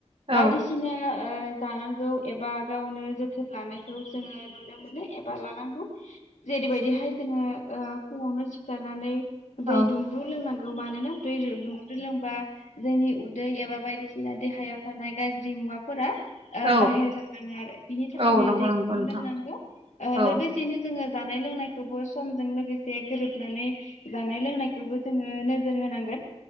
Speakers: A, on the right; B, on the left.
A: औ
B: बायदिसिना ओ जानांगौ एबा गावनो जोथोन लानायखौ जोङो नुनो मोनो एबा लानांगौ। जेरैबायदिहाय जोङो ओ फुङावनो सिखारनानै
A: औ
B: दै दुमब्रु लोंनांगौ मानोना दै दुमब्रुखौ लों बा जोंनि उदै एबा बायदिसिना देहायाव थानाय गाज्रि मुवाफोरा ओ
A: औ
B: बाहेर जालाङो आरो बिनि थाखायनो
A: औ नंगौ
B: दै
A: नंगौ
B: गुदुं
A: नोंथां
B: लोंनांगौ। ओ
A: औ
B: लोगोसेनो जोङो जानाय लोंनायखौबो समजों लोगोसे गोरो नानै जानाय लोंनायखौबो जोङो नोजोर होनांगोन।